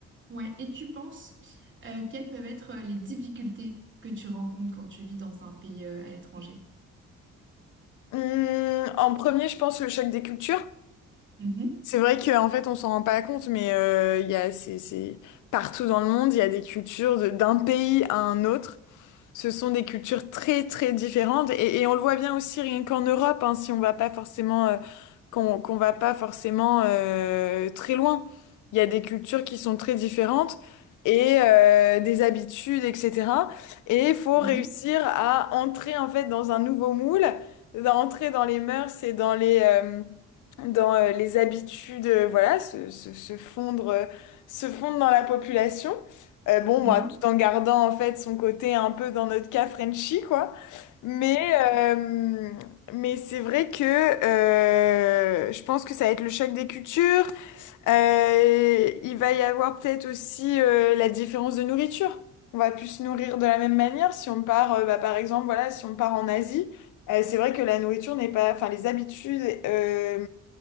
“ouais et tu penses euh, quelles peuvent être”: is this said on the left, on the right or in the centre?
Right